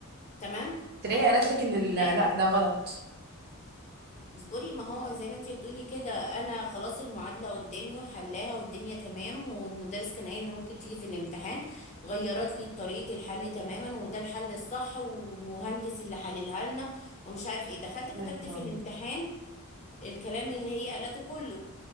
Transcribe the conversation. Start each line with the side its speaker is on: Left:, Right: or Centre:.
Left: تمام
Right: تلاقيها قالت
Left: فكنا
Right: لك ان ال...
Left: بنراجع
Right: لا ده غلط
Left: اصبري ما هو زي ما انتي بتقولي كده انا خلاص المعادله قدامي وحلاها والدنيا تمام والمدرس كان قايل ان ممكن تيجي في الامتحان غيرت لي طريقه الحل تماما وده الحل الصح ومهندس اللي حللها لنا ومش عارف ايه دخلت كتبت
Right: يا نهار
Left: في
Right: ابيض
Left: الامتحان الكلام اللي هي قالته كله